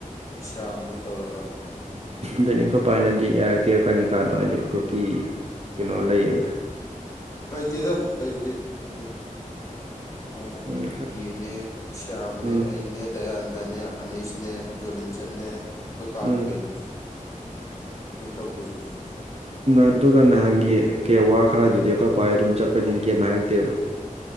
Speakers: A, on the left; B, on the right.
A: ꯁ꯭ꯌꯥꯝ ꯃꯣꯏ ꯇꯧꯔꯒ
B: ꯗꯅꯤ ꯑꯩꯈꯣꯏ ꯄꯥꯏꯅꯗꯤ ꯌꯥꯔꯛꯇꯦ ꯀꯥꯂꯤꯀꯥꯗꯣ ꯍꯥꯏꯗꯤ ꯀꯣꯄꯤ ꯀꯩꯅꯣ ꯂꯩꯌꯦꯅ
A: ꯂꯩꯇꯦꯗ ꯂꯩꯕꯗꯤ ꯎꯝ ꯅꯥꯟꯈꯣꯏ
B: ꯎꯝ
A: ꯕꯤꯀꯤꯅꯦ ꯁ꯭ꯌꯥꯝꯅꯦ
B: ꯎꯝ
A: ꯑꯩꯅꯦ ꯗꯌꯥꯟꯗꯅꯦ ꯑꯅꯤꯁꯅꯦ ꯖꯣꯂꯤꯟꯁꯟꯅꯦ ꯑꯩꯈꯣꯏ ꯀꯥꯔꯨ
B: ꯎꯝ
A: ꯀꯩꯅꯣ ꯀꯩꯝ ꯇꯧꯗꯦ ꯑꯗꯨꯗꯣ
B: ꯑꯗꯨꯒ ꯅꯍꯥꯟꯒꯤ ꯀꯦ ꯋꯥ ꯈꯔꯗꯨꯗꯤ ꯑꯩꯈꯣꯏ ꯄꯥꯍꯣꯢ ꯑꯗꯨꯝ ꯆꯠꯄꯅꯤ ꯀ꯭ꯌꯤꯝ ꯍꯥꯏꯔꯛꯇꯦꯕ